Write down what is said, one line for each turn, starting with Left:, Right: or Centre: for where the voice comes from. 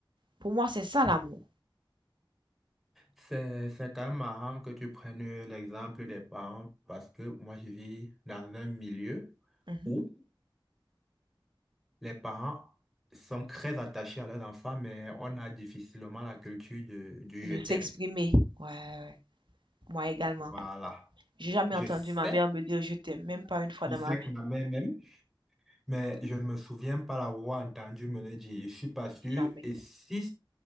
Right: Pour moi, c'est ça l'amour.
Centre: C'est, c'est quand même marrant que tu prennes l'exemple des parents parce que moi, je vis dans un milieu
Right: Mhm.
Centre: où les parents sont très attachés à leurs enfants, mais on a difficilement la culture de- du
Right: De
Centre: je t'aime.
Right: s'exprimer. Ouais, ouais. ouais. Moi également.
Centre: Voilà.
Right: J'ai jamais
Centre: Je
Right: entendu
Centre: sais,
Right: ma mère me dire je t'aime, même pas une fois
Centre: je
Right: dans
Centre: sais
Right: ma vie.
Centre: qu'on a même, même, mais je ne me souviens pas l'avoir entendu me le dire. Je suis pas sûr.
Right: Jamais.
Centre: Et si,